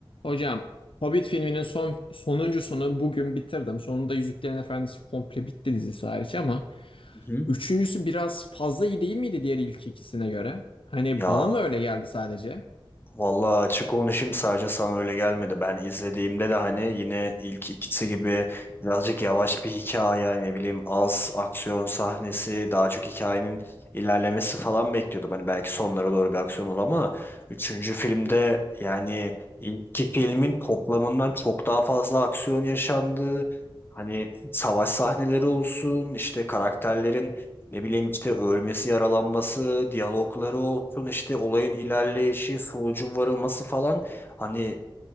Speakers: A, on the left; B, on the left.
A: Hocam Hobbit filminin son sonuncusunu bugün bitirdim. Sonunda Yüzüklerin Efendisi komple bitti dizisi hariç ama
B: Hı hı.
A: üçüncüsü biraz fazla iyi değil miydi diğer ilk ikisine göre? Hani
B: Ya
A: bana mı öyle geldi sadece?
B: vallahi açık konuşayım sadece sana öyle gelmedi. Ben izlediğimde de hani yine ilk ikisi gibi birazcık yavaş bir hikaye ne bileyim az aksiyon sahnesi daha çok hikayenin ilerlemesi falan bekliyordum. Hani belki sonlara doğru bir aksiyon olur ama üçüncü filmde yani ilk filmin toplamından çok daha fazla aksiyon yaşandı. Hani savaş sahneleri olsun işte karakterlerin Ne bileyim işte ölmesi, yaralanması, diyalogları olsun, işte olayın ilerleyişi, sonucun varılması falan. Hani